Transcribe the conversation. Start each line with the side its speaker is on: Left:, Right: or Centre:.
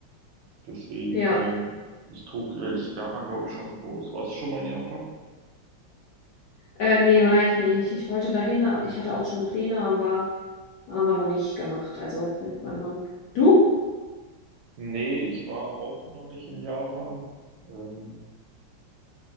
Right: Deswegen
Left: Ja.
Right: ähm, ist Tokio, ist Japan, glaube ich, schon groß. Warst du schon mal in Japan?
Left: Äh, nee, war ich nicht. Ich wollte dahin, a- ich hatte auch schon Pläne, aber haben wir noch nicht gemacht. Also mit meinem Mann. Du?
Right: Nee, ich war auch noch nicht in Japan. Ähm,